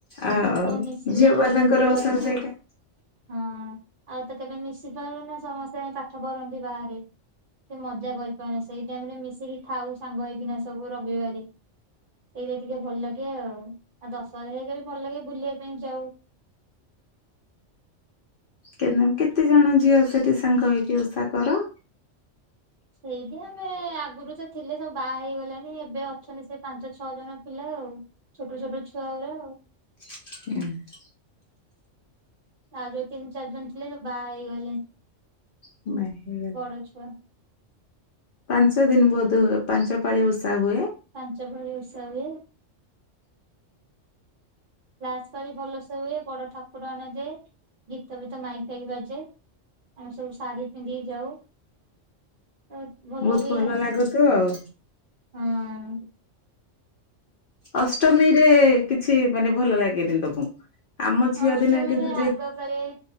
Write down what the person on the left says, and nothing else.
ଆଉ
ଝିଅମାନଙ୍କର
ଓଷା
ସେଇଟା।
କେ କେତେଜଣ ଝିଅ ସେଠି ସାଙ୍ଗ ହେଇକି ଓଷା କର?
<unintelligible>
<unintelligible> ଗଲେ।
ପାଞ୍ଚ ଦିନ୍ ବୋଧହୁଏ, ପାଞ୍ଚ ପାଳି ଓଷା ହୁଏ।
ବହୁତ
ଲାଗୁଥିବ ଆଉ।
ଅଷ୍ଟମୀରେ କିଛି ମାନେ ଭଲ ଲାଗେନି ତମକୁ? ଆମ ଝିଅ
ଦିନରେ କିନ୍ତୁ ଯେ